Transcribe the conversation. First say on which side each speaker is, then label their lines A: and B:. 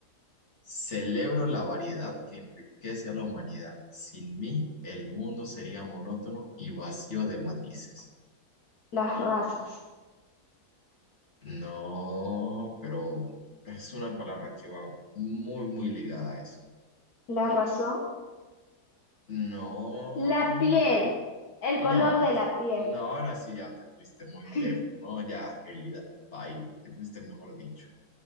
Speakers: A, on the left; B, on the left.
A: Celebro la variedad que enriquece a la humanidad. Sin mí, el mundo sería monótono y vacío de matices.
B: Las razas,
A: No, pero es una palabra que va muy, muy ligada a eso.
B: la razón,
A: No,
B: la piel,
A: re-
B: el
A: no,
B: color de la piel.
A: no, ahora sí ya te fuiste muy
B: <laughs>
A: lejos. No, ya, Gélida, baila, te fuiste mejor dicho.